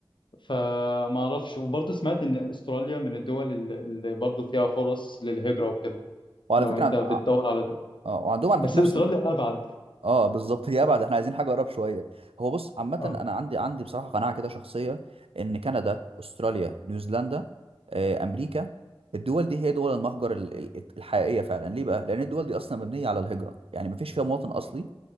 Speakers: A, on the left (about 55°); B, on the right (about 85°).
A: فما اعرفش وبرضه سمعت ان استراليا من الدول اللي اللي برضه فيها فرص للهجرة وكده
B: وعلى
A: لو
B: فكره
A: انت
B: عند...
A: بتدور
B: اه
A: على ده
B: آه. وعندهم على
A: بس
B: فكره
A: استراليا
B: نفس
A: ابعد
B: اه بالظبط هي ابعد احنا عايزين حاجه اقرب شويه هو بص عامه
A: اه
B: انا عندي عندي بصراحه قناعه كده شخصيه ان كندا استراليا نيوزيلندا آه، امريكا الدول دي هي دول المهجر ال- ال- الحقيقيه فعلا ليه بقى لان الدول دي اصلا مبنيه على الهجره يعني مفيش فيها مواطن اصلي